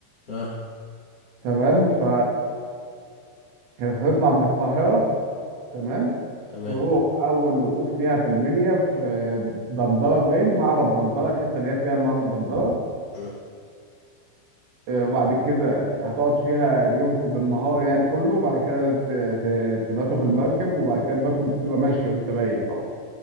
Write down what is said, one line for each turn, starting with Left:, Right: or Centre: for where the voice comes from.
Left: اه
Right: تمام ف كانت هتطلع من القاهره تمام
Left: تمام
Right: تروح اول وقوف ليها في المنيا في دندره باين معبد دندره الحته اللي هي فيها معبد دندره
Left: مم.
Right: آه، وبعد كده هتقعد فيها يومكم بالنهار يعني كله بعد كده ت- ت- تباتوا في المركب وبعد كده المركب بتبقى ماشية وانت بايت طبعا